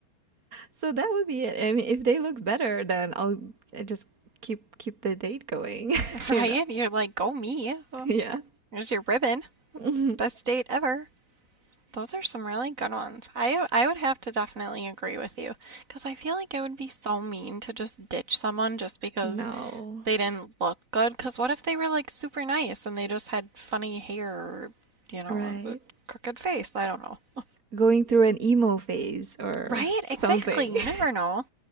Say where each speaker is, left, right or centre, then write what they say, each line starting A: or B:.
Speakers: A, on the right; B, on the right.
A: So that would be it. I mean, if they look better, then I'll I just keep keep the date going,
B: <laughs>
A: <laughs>
B: Ryan,
A: you know?
B: you're like, go me. Oh,
A: Yeah.
B: Here's your ribbon.
A: <laughs>
B: Best date ever. Those are some really good ones. I I would have to definitely agree with you because I feel like it would be so mean to just ditch someone just because
A: No.
B: they didn't look good because what if they were like super nice and they just had funny hair or, you know
A: Right.
B: a crooked face i don't know
A: Going through an emo phase or
B: right exactly
A: something.
B: you
A: <laughs>
B: never know